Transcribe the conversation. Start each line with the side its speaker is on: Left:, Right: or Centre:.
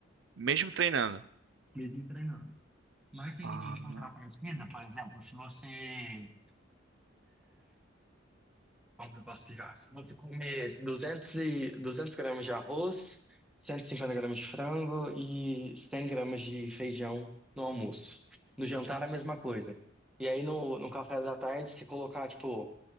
Right: Mesmo treinando.
Centre: Mesmo treinando. Mas em,
Right: Ah,
Centre: em contrapartida, por exemplo, se você Como eu posso explicar? Você pode comer 200, e, 200 gramas de arroz, 150 gramas de frango e 100 gramas de feijão no almoço. No jantar, a mesma coisa. E aí, no, no café da tarde, você colocar, tipo,